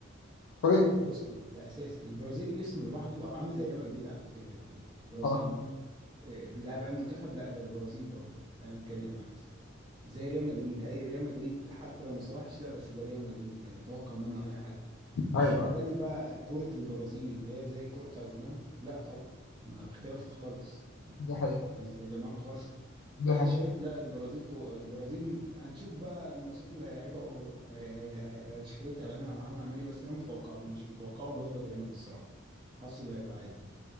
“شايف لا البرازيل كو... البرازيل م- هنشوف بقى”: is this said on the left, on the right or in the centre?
Right